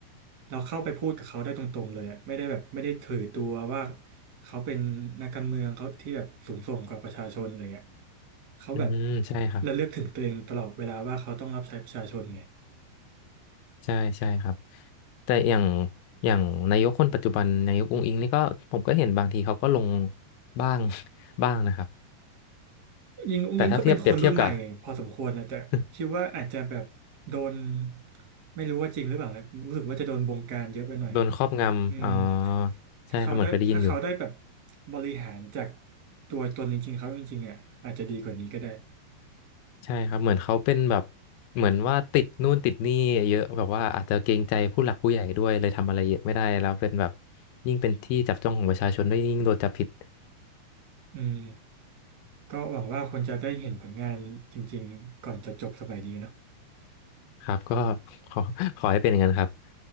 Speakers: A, on the right; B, on the left.
A: เราเข้าไปพูดกับเขาได้ตรงๆเลยอ่ะไม่ได้แบบไม่ได้ถือตัวว่าเขาเป็นนักการเมืองเขาที่แบบสูงส่งกว่าประชาชนอะไรเงี้ยเขาแบบ
B: อืมใช่ครับ
A: ระลึกถึงตัวเองตลอดเวลาว่าเขาต้องรับใช้ประชาชนไง
B: ใช่ใช่ครับแต่อย่างอย่างนายกคนปัจจุบันนายกอุ๊งอิ๊งนี่ก็ผมก็เห็นบางทีเขาก็ลงบ้าง <laughs> บ้างนะครับ
A: ยิงอุ้งยิงก็เป็นคนรุ่นใหม่พอสมควรนะแต่คิดว่าอาจจะแบบโดน
B: แต่ถ้าเทียบเปรียบเทียบกับ <laughs>
A: ไม่รู้ว่าจริงหรือเปล่านะรู้สึกว่าจะโดนบงการเยอะไปหน่อย
B: โดนครอบงำอ๋อ
A: อืมถ้าเขาได้ถ้าเขาได้แบบ
B: ใช่ครับเหมือนเคยได้ยินอยู่
A: บริหารจากตัวตนจริงๆเขาจริงๆอ่ะอาจจะดีกว่านี้ก็ได้
B: ใช่ครับเหมือนเขาเป็นแบบเหมือนว่าติดนู่นติดนี่เยอะแบบว่าอาจจะเกรงใจผู้หลักผู้ใหญ่ด้วยเลยทำอะไรเยอะไม่ได้แล้วเป็นแบบยิ่งเป็นที่จับจ้องของประชาชนด้วยยิ่งโดนจับผิด
A: อืมก็หวังว่าคนจะได้เห็นผลงานจริงๆก่อนจะจบสมัยนี้เนอะ
B: ครับก็ <laughs> ขอขอให้เป็นอย่างนั้นครับ